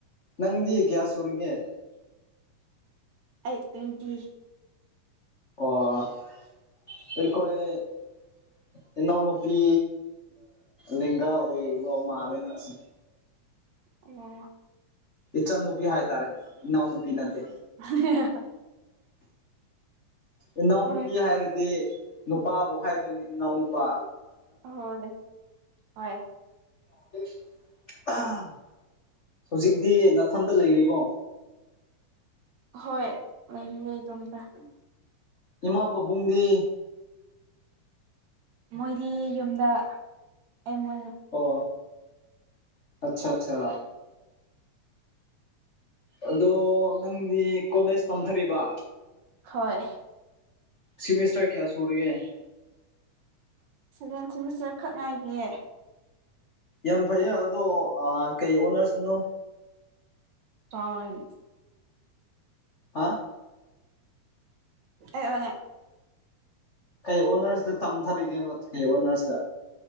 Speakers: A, on the left (about 85°); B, on the right (about 65°).
A: ꯅꯪꯗꯤ ꯀꯌꯥ ꯁꯨꯔꯤꯒꯦ
B: ꯑꯩꯠ ꯇ꯭ꯋꯦꯟꯇꯤ
A: ꯑꯣ ꯑꯩꯈꯣꯏ ꯏꯅꯥꯎꯅꯨꯄꯤ ꯂꯦꯡꯒꯥ ꯑꯣꯏꯕ ꯃꯥꯜꯂꯦ ꯅꯪꯁꯦ
B: ꯑꯣ
A: ꯏꯆꯟ ꯅꯨꯄꯤ ꯍꯥꯏꯇꯥꯔꯦ ꯏꯅꯥꯎ ꯅꯨꯄꯤ ꯅꯠꯇꯦ
B: <unintelligible>
A: ꯏꯅꯥꯎ
B: ꯍꯣꯏ
A: ꯅꯨꯨꯄꯤ ꯍꯥꯏꯔꯗꯤ ꯅꯨꯄꯥꯕꯨ ꯍꯥꯏꯗꯣꯏꯅꯦ ꯏꯅꯥꯎ ꯅꯨꯄꯥ
B: ꯍꯣꯏ ꯍꯣꯏ
A: <unintelligible> ꯍꯧꯖꯤꯛꯇꯤ ꯅꯥꯊꯟꯇ ꯂꯩꯔꯤꯕꯣ
B: ꯍꯣꯏ ꯂꯩꯔꯤꯅꯦ ꯏꯗꯣꯝꯇ
A: ꯏꯃꯥ ꯄꯥꯕꯨꯡꯗꯤ
B: ꯃꯣꯏꯗꯤ ꯌꯨꯝꯗ ꯑꯩ ꯃꯣꯏ
A: ꯑꯣ ꯑꯆꯥ ꯑꯆꯥꯆꯥ ꯑꯗꯣ ꯅꯪꯗꯤ ꯀꯣꯂꯦꯖ ꯇꯝꯊꯔꯤꯕ
B: ꯍꯣꯏ
A: ꯁꯤꯃꯤꯁꯇ꯭ꯔꯥ ꯀꯌꯥ ꯁꯨꯔꯤꯌꯦ
B: ꯁꯦꯕꯦꯟ ꯁꯦꯃꯤꯁꯇꯔ ꯈꯛ ꯉꯥꯏꯔꯤꯌꯦ
A: ꯌꯥꯝ ꯐꯩꯌꯦ ꯑꯗꯣ ꯀꯩ ꯑꯣꯅꯔꯁꯅꯣ
B: <unintelligible>
A: ꯍꯥ
B: <unintelligible>
A: ꯀꯩ ꯑꯣꯅꯔꯁꯇ ꯇꯝꯊꯔꯤꯒꯦꯕ ꯀꯩ ꯑꯣꯅꯔꯁꯇ